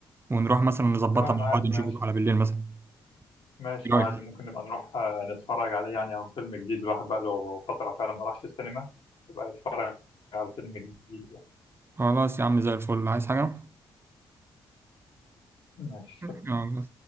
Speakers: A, on the right (about 25°); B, on the left (about 60°).
A: ونروح مثلا نظبطها
B: تمام
A: مع
B: عادي
A: بعض نشوفه
B: ماشي
A: على بالليل مثلا
B: ماشي
A: ايه رايك
B: عادي ممكن نبقى نروح آه، نتفرج عليه يعني او فيلم جديد الواحد بقى له فتره فعلا ما راحش السينما يبقى يتفرج على فيلم جديد يعني.
A: خلاص يا عم زي الفل عايز حاجه
B: ماشي
A: يلا